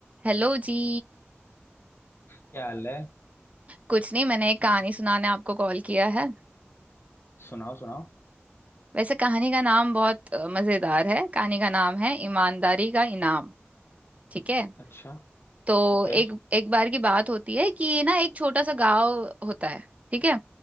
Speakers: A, on the right (about 35°); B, on the left (about 60°).
A: Hello जी
B: क्या हाल है
A: कुछ नहीं मैंने एक कहानी सुनाने आपको कॉल किया है
B: सुनाओ सुनाओ
A: वैसे कहानी का नाम बहुत अ, मजेदार है कहानी का नाम है ईमानदारी का इनाम ठीक है
B: अच्छा
A: तो
B: ओके
A: एक एक बार की बात होती है कि ना एक छोटा सा गांव होता है ठीक है